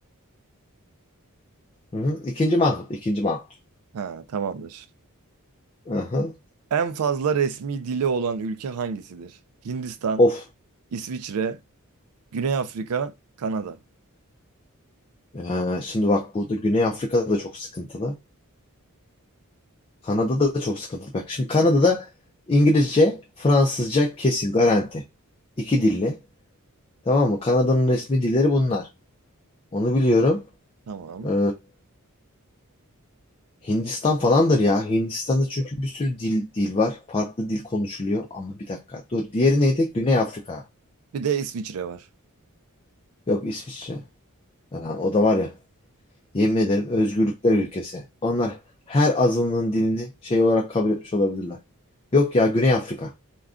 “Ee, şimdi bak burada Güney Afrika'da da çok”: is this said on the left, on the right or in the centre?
Left